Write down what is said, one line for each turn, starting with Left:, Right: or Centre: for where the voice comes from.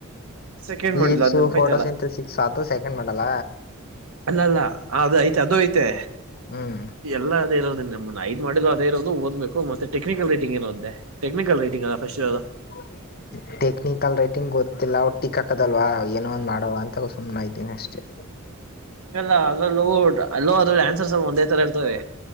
Right: ಸೆಕೆಂಡ್
Left: ಲೀಫ್ಸ್
Right: ಮಾಡಿಲ್ಲ ಅದ್ ನೆನ್ಪೈತಲ್ಲ
Left: ಫೋಟೋ ಸಂಥ ಸಿಕ್ಸ್ ಆತ ಸೆಕೆಂಡ್ ಮಾಡ್ಯೂಲ್
Right: ಅಲ್ಲ ಅಲ್ಲ ಅದ ಐತೆ ಅದು ಐತೆ
Left: ಹ್ಮ್
Right: ಎಲ್ಲ ಅದ ಇರೋದದು ನಮ್ಮ ಐದು ಮಾಡಲು ಅದೇ ಇರೋದು ಓದಬೇಕು ಮತ್ತು ಟೆಕ್ನಿಕಲ್ ರೀಟಂಗ್ಏರೋದೇ ಟೆಕ್ನಿಕಲ್ ರೈಟಿಂಗ್ ಅಲ್ವಾ ಫಸ್ಟ್ ಇರೋದು
Left: <inaudible> ಟೆಕ್ನಿಕಲ್ ರೈಟಿಂಗ್ ಗೊತ್ತಿಲ್ಲ ಟಿಕ್ ಹಾಕದಲ್ವಾ ಏನೋ ಒಂದ ಮಾಡೋವ ಅಂತ ಸುಮ್ಮನೆ ಆಯ್ತಿನಿ ಅಷ್ಟೇ
Right: ಹಂಗಲ್ಲ ಅದ್ರಲ್ಲೂ ಅಲ್ಲೋ ಅದ್ರಲ್ಲಿ ಆನ್ಸರ್ಸ್ ಎಲ್ಲ ಒಂದೇ ತರ ಇರ್ತವೆ